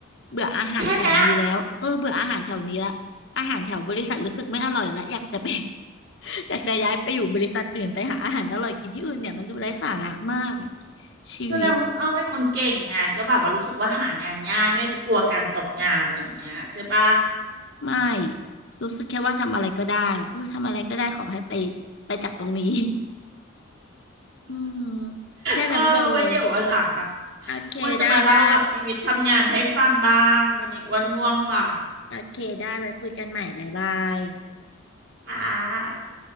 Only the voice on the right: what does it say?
แค่นี้
แสดงว่าคุณอ้อเป็นคนเก่งไงก็แบบว่ารู้สึกว่าหางานง่ายไม่กลัวการตกงานอะไรอย่างเงี้ยใช่ปะ
เออ ไว้เดี๋ยววันหลังอ่ะ
อ้วนจะมาเล่าแบบชีวิตทำงานให้ฟังบ้างวันนี้อ้วนง่วงหลา
ค่ะ